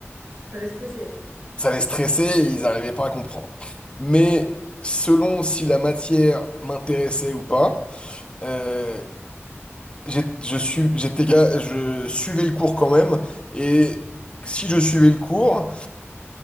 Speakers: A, on the right; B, on the left.
A: Ça allait stresser.
B: ça les stressait et ils n'arrivaient pas à comprendre. Mais selon si la matière m'intéressait ou pas, euh, j'ai- je su- j'étais, ga- je suivais le cours quand même. Et si je suivais le cours,